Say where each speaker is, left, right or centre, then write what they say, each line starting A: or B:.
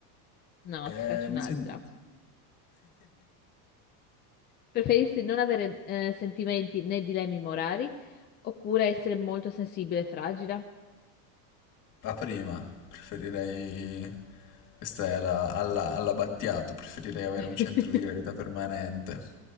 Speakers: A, on the left; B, on the left.
A: No,
B: Eh,
A: ti faccio un'altra.
B: mi sembra...
A: Preferisci non avere eh, sentimenti né dilemmi morali oppure essere molto sensibile e fragile?
B: La prima, preferirei... Questa è alla, alla, all'Abbattiato, preferirei avere
A: <laughs>
B: un centro di gravità permanente.